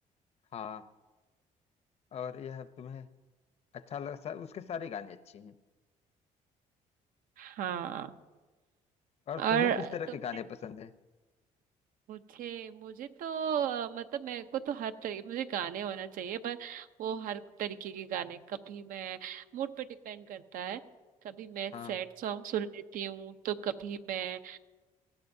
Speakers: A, on the left; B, on the right.
A: हाँ और यह तुम्हें अच्छा लग सा, उसके सारे गाने अच्छे हैं
B: हाँ
A: और
B: और
A: तुम्हें किस तरह
B: तुमने
A: के गाने पसंद है
B: मुझे मुझे तो अ, मतलब मेरे को तो हर तरीके मुझे गाने होना चाहिए पर वो हर तरीके के गाने कभी मैं मूड पे डिपेंड करता है कभी मैं
A: हाँ
B: सैड सॉन्ग सुन लेती हूँ तो कभी मैं